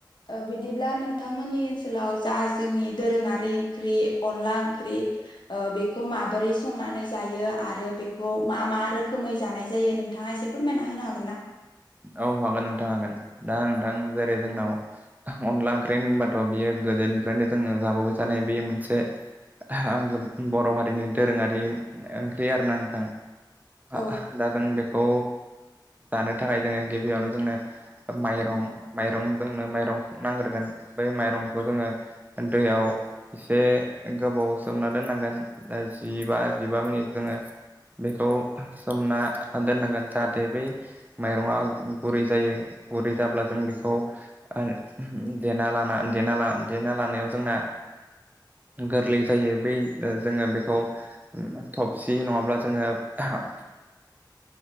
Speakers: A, on the left; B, on the right.
A: ओ बिदिब्ला नोंथांमोननि ओनसोलाव जा जोंनि दोरोंङारि ओंख्रि अनला ओंख्रि ओ बेखौ माबोरै संनानै जायो आरो बेखौ मा मा रोखोमै जानाय जायो । नोंथाङा एसे फोरमायना होनो हागोन ना?
B: औ हागोन नोंथां हागोन ।दा नोंथां जेरै जोंनाव अनला ओंख्रि होनबाथ' बियो गोदोनिफ्रायनो जोङो जाबोबाय थानाय बे मोनसे आं बर' हारिनि दोरोङारि ओंख्रि आर ना नोंथां ।
A: औ
B: दा जों बेखौ जानो थाखाय जोंङो गिबियावनो जोंनो माइरं माइरं जोंनो माइरंखौ नांग्रोगोन बै माइरं <unintelligible> जोङो दैयाव इसे यगोबाव सोमना दोनांगोन जि बा बा जिबा मिनिट जोङो बेखौ सोमना दोननांगोन जाहाथे बे माइरंआ गुरै जायो गुरै जाब्ला जों बेखौ ओ देना लाना देना ला- देना लानायाव जोंना गोरलै जायो बै जोङो बेखौ थबसि नङाब्ला जोङो हा
A: <inaudible>